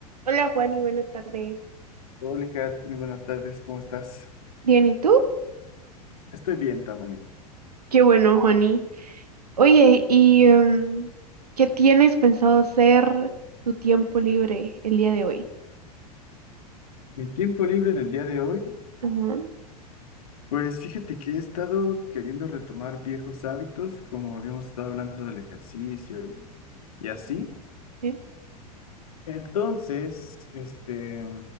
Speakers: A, on the right; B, on the left.
A: Hola Juani, buena tarde.
B: Hola, Kat, muy buenas tardes, ¿cómo estás?
A: Bien, ¿y tú?
B: Estoy bien también.
A: Qué bueno, Juani. Oye, ¿y em, qué tienes pensado hacer tu tiempo libre el día de hoy?
B: Mi tiempo libre del día de hoy,
A: Ajá,
B: pues fíjate que he estado queriendo retomar viejos hábitos, como habíamos estado hablando del ejercicio y, y así.
A: sí.
B: Entonces, este,